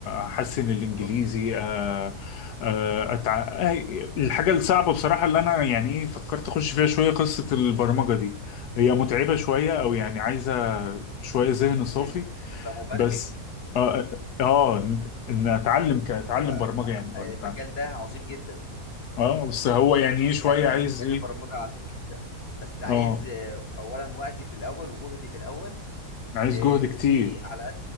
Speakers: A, on the left; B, on the left.
A: أحسن الإنجليزي
B: بالظبط
A: أه،
B: بالظبط
A: أه، أتع... أه، الحاجة الصعبة بصراحة اللي أنا يعني إيه فكرت أخش فيها شوية قصة البرمجة دي هي متعبة شوية أو يعني عايزة شوية ذهن
B: تمام
A: صافي
B: ان انت تبقى مبرمج
A: بس آه آه إن إن أتعلم كأتعلم
B: هو
A: برمجة يعني
B: آه،
A: ولا
B: المجال
A: أتعلم
B: ده عظيم جدا
A: آه بس هو يعني إيه شوية
B: يعني مج-
A: عايز
B: مجال
A: إيه
B: البرمجه عظيم جدا بس عايز
A: آه
B: آه، اولا وقتي في الاول وجهدي في الاول
A: عايز
B: آه،
A: جهد
B: وعلى
A: كتير